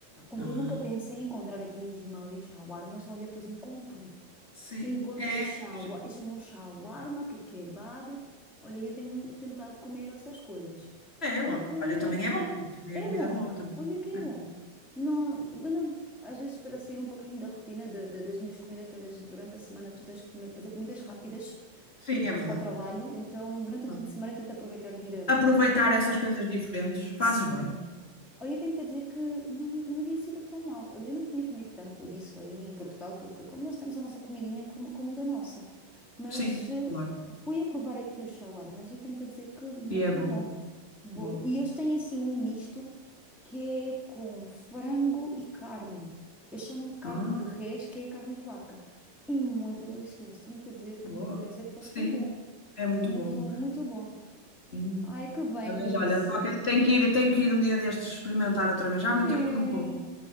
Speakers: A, in the centre; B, on the left.
A: Olha,
B: Ah,
A: eu nunca pensei em encontrar aqui os malitos shawarmas. Olha, pois encontrei.
B: sim,
A: Encontrei
B: é.
A: shawarma,
B: quer dizer,
A: eles chamam shawarma, que é kebab. Olha, eu tenho tentado comer essas coisas,
B: É,
A: porque não
B: olha, também
A: é,
B: é bom. Também
A: é
B: é comida
A: bom,
B: boa. Também.
A: olha que é
B: é.
A: bom. Não, eu não- às vezes para sair um pouquinho da rotina da- da- das minhas comidas, que às vezes durante a semana tu tens que comer- fazer comidas rápidas
B: Sim,
A: para ir depois
B: é verdade.
A: para o trabalho, então durante
B: claro.
A: o fim de semana eu tento aproveitar de ir a...
B: Aproveitar
A: Era como era?
B: essas coisas diferentes, fazes
A: Sim.
B: bem.
A: Olha, eu tenho-te a dizer que não, não havia sido tão mal. Olha, eu não tinha comido tanto disso aí em Portugal, porque como nós temos a nossa comidinha como, como da nossa. Mas
B: Sim,
A: eh,
B: claro.
A: fui a provar aqui os shawarmas e tenho-te a dizer que muito
B: E é bom.
A: bom. Bom,
B: Boa.
A: e eles têm assim um misto que é com frango e carne. Eles chamam carne
B: Ah.
A: de res, que é carne de vaca. E muito delicioso. Tenho-te a dizer
B: Boa.
A: que nunca pensei que fosse
B: Sim,
A: tão bom.
B: é muito
A: Muito,
B: bom.
A: muito bom.
B: Hum.
A: Ai, que bem,
B: Também
A: olhem
B: já,
A: isso.
B: olha, qualquer... tenho que ir, tenho que ir um dia destes experimentar outra vez. Já
A: Sim.
B: há muito tempo que não como.